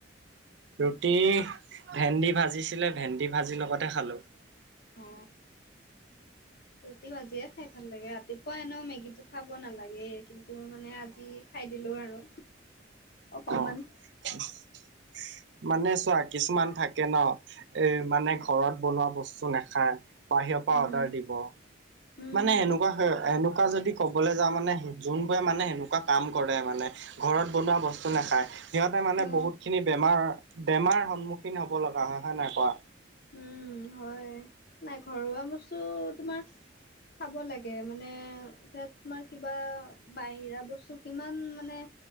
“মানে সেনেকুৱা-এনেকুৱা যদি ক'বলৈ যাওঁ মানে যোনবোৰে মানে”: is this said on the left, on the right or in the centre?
Right